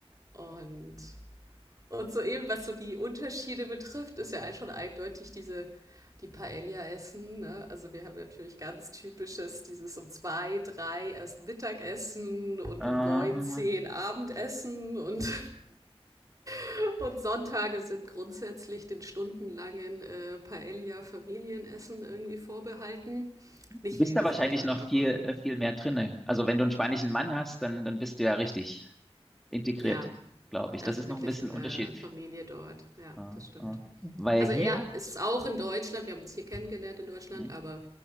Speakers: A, on the right; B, in the centre.
A: Und und soeben, was so die Unterschiede betrifft, ist ja schon eindeutig diese, die Paella essen. Ne? Also wir haben natürlich ganz typisches, dieses um zwei, drei erst Mittagessen und
B: Ah,
A: um neun, zehn Abendessen und, <laughs> und Sonntage sind grundsätzlich den stundenlangen äh, Paella-Familienessen irgendwie vorbehalten. Nicht
B: Du bist
A: jeder
B: da wahrscheinlich
A: Sonntag,
B: noch
A: aber
B: viel, äh, viel mehr drinne. Also wenn du einen spanischen Mann hast, dann, dann bist du ja richtig integriert,
A: ja,
B: glaube ich.
A: also
B: Das ist
A: wirklich
B: noch ein bisschen
A: in
B: ein
A: der
B: Unterschied.
A: Familie dort. Ja,
B: Ja,
A: das stimmt.
B: ja. Weil
A: Also
B: hier,
A: er ist auch in Deutschland, wir haben uns hier kennengelernt in Deutschland,
B: hm,
A: aber